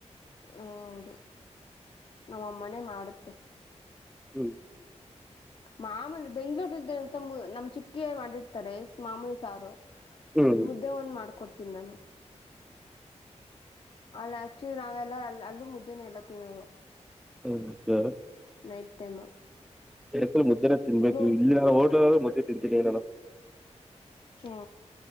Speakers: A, on the left; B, in the centre.
A: ಹೌಡು ನಮ್ಮ ಅಮ್ಮನೇ ಮಾಡುತ್ತೆ.
B: ಹ್ಮು
A: ಮಾಮೂಲಿ ಬೆಂಗ್ಗಳೂರ ಇದೆಂತಮ್ಮ್ ನಮ್ ಚಿಕ್ಕಿ ಮಾಡಿರ್ತಾರೆ ಮಾಮೂಲ ಸಾರು
B: ಹ್ಮ್
A: ಮುದ್ದೆ ಒಂದ್ ಮಾಡ್ಕೊಡ್ ತಿನ್ ನಾನು. ಅಲ್ಲಕ್. ಚಿ ನಾವೆಲ್ಲ ಅ ಅಲ್ಲೂ ಮುದ್ದೆನೆ ಎಲ್ಲ ತಿನ್ನೋದು.
B: ಹ್ಮ್ ಜೋರಾ.
A: ನೈಟ್ ಟೈಮು
B: ಎಕ್ಳು ಮುದ್ದೆನೇ ತಿನ್ಬೇಕು
A: ಇಲ್ಲೂ
B: ಇಲ್ಲಿ ಹೋಟಲಲ್ ಮುದ್ದೆ ತಿನ್ ತಿನಿ ನಾನು.
A: ಹಾ